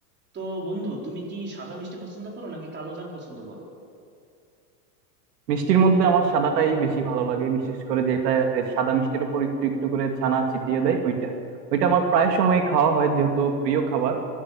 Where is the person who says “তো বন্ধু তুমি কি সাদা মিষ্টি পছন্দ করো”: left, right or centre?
Right